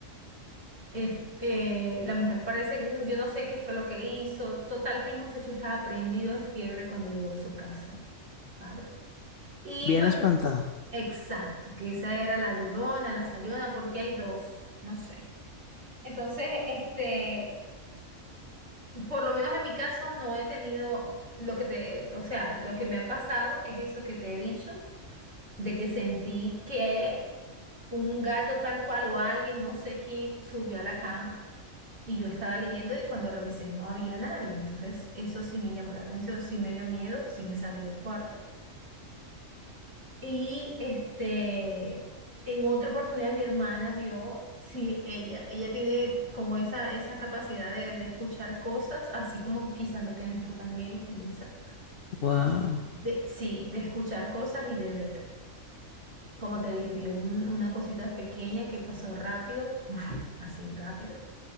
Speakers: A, on the right; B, on the left.
A: Es- eh, la mujer parece que yo no sé qué fue lo que hizo. Total que el muchacho estaba prendido en fiebre cuando llegó a su casa, ¿sabes? Y
B: bien
A: pa-
B: espantado.
A: exacto, que esa era la llorona, la sayona, porque hay dos, no sé. Entonces, este, por lo menos en mi caso no he tenido lo que te, o sea, lo que me ha pasado es eso que te he dicho, de que sentí que un gato tal cual o alguien, no sé quién, subió a la cama y yo estaba leyendo y cuando revisé no había nadie. Entonces, eso sí me llamó la atención, sí me dio miedo, sí me salí del cuarto. Y este, en otra oportunidad mi hermana vio, sí, ella, ella tiene como esa, esa capacidad de, de escuchar cosas, así como quizás lo tienes tú también, Lisa.
B: Wow.
A: De, sí, de escuchar cosas y de ver. Como te dije, vio un- una cosita pequeña que pasó rápido, <laughs> así rápido.